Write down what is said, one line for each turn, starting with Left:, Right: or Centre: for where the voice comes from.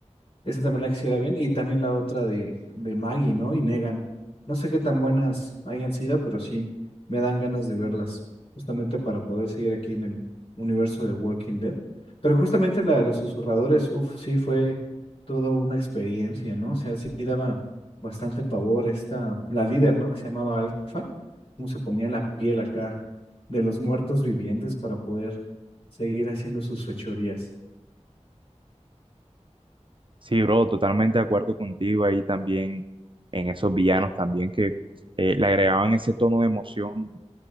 Left: Esa también la quisiera bien. Y también la otra de, de Maggie, ¿no? Y Negan. No sé qué tan buenas hayan sido, pero sí me dan ganas de verlas, justamente para poder seguir aquí en el universo de Walking Dead. Pero justamente la de los susurradores, uff, sí fue toda una experiencia, ¿no? O sea, sí daba bastante pavor esta, la líder, ¿no? Que se llamaba Alfa, cómo se ponía la piel acá de los muertos vivientes para poder seguir haciendo sus fechorías.
Right: Sí, bro, totalmente de acuerdo contigo ahí también en esos villanos también que eh, le agregaban ese tono de emoción